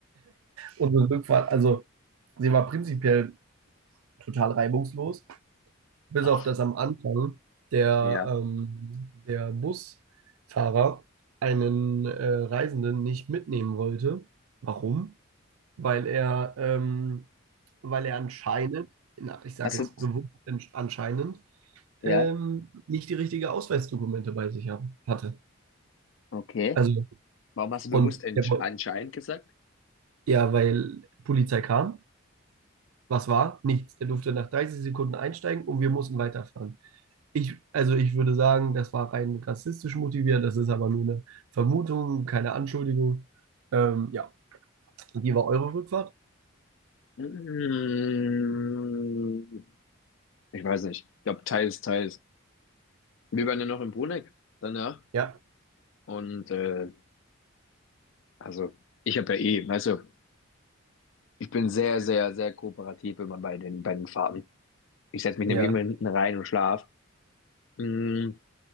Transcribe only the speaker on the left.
Ach,
ja.
Hast
du,
ja,
okay.
Warum hast du
bewusst entsch-
anscheinend gesagt?
Mm, Ich weiß nicht. Ich glaube, teils, teils. Wir waren ja noch in Bruneck danach.
Und äh, also, ich habe ja eh, weißt du, ich bin sehr, sehr, sehr kooperativ immer bei den, bei den Fahrten. Ich setze mich
nämlich immer hinten rein und schlaf. Mm,